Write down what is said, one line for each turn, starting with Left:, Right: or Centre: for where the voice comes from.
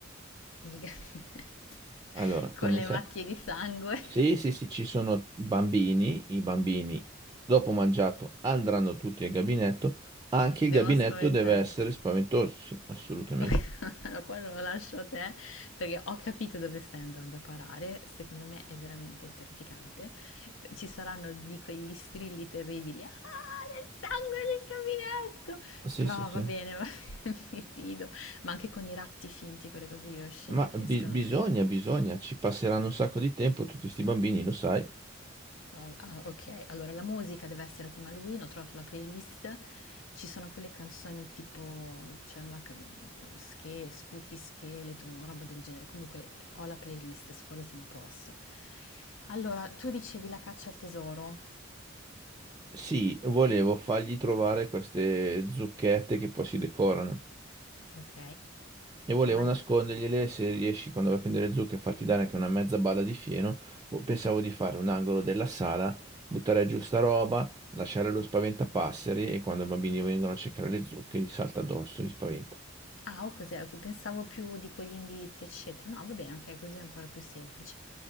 Left: Il <laughs> gabinetto
Right: Allora, come
Left: con le
Right: sai,
Left: macchie
Right: Mm.
Left: di sangue
Right: sì, sì, sì, ci sono bambini, i bambini dopo mangiato andranno tutti al gabinetto, anche il
Left: devono
Right: gabinetto
Left: spaventarsi.
Right: deve essere spaventoso, sì, assolutamente.
Left: <laughs> Allora, qua lo lascio a te perché ho capito dove stai andando a parare. Secondo me è veramente terrificante. Ci saranno di quegli strilli terribili. Ah, del sangue nel gabinetto!
Right: Sì,
Left: Però
Right: sì, sì.
Left: va bene, <laughs> va- bene, mi fido. Ma anche con i ratti finti, quelle cose di oscene
Right: Ma
Left: che
Right: bi-
Left: escono.
Right: bisogna,
Left: dai.
Right: bisogna, ci passeranno un sacco di tempo tutti sti bambini, lo sai.
Left: Oh, ah, ok, allora la musica deve essere a tema Halloween, ho trovato la playlist, ci sono quelle canzoni tipo, c'è una can- sche- Spooky Skeleton, una roba del genere, comunque ho la playlist, su quello siamo a posto. Allora, tu dicevi la caccia al tesoro,
Right: Sì, volevo fargli trovare queste zucchette che poi si decorano.
Left: ok,
Right: E volevo
Left: ma
Right: nascondergliele se riesci quando vai a prendere le zucche a farti dare anche una mezza balla di fieno. boh, Pensavo di fare un angolo della sala, buttare giù sta roba, lasciare lo spaventapasseri e quando i bambini vengono a cercare le zucche gli salta addosso, li spaventa.
Left: Ah, o cos'è? Ecco, Pensavo più dico gli indizi, eccetera. No, va bene, ok, così è ancora più semplice.